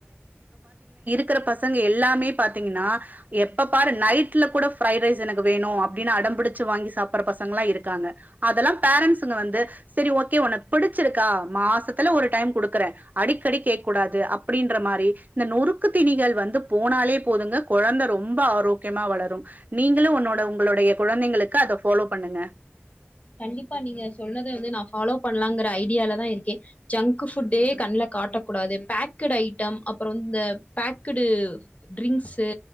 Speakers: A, on the right; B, on the left.
A: இருக்க பசங்க எல்லாமே பாத்தீங்கனா எப்ப பாரு நைட்ல கூட ஃப்ரைடு ரைஸ் எனக்கு வேணும் அப்டினு அடம்புடிச்சி வாங்கி சாப்புடுற பசங்களா இருக்காங்க அதுலா பேரன்ட்ஸ்ங்க வந்து செரி ஓகே உனக்கு புடிச்சிருக்கா மாசத்துல ஒரு டைம் குடுக்குற அடிக்கடி கேக் கூடாது அப் அப்டின்ற மாரி இந்த நொறுக்கு தீணிகள் வந்து போனாலே போதுங்க கொழந்த ரொம்ப ஆரோக்கியமா வளரும் நீங்களு உன்னோட உங்களுடைய கொழந்தைங்களுக்கு அத ஃபாலோ பண்ணுங்க
B: கண்டிப்பா நீங்க சொன்னத வந்து நா ஃபாலோ பண்ணலாங்கிற ஐடியாலதா இருக்கே ஜங்கு ஃபுட்டே கண்ல காட்டக்கூடாது பேக்குடு ஐட்டம் அப்புறோ இந்த பேக்குடு ட்ரிங்க்சு